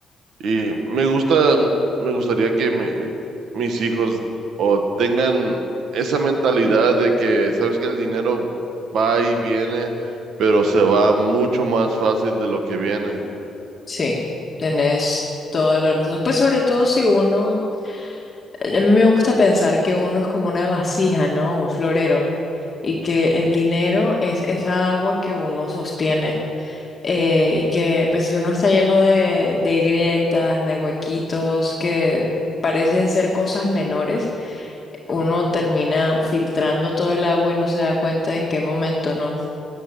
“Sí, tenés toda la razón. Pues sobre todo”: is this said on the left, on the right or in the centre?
Left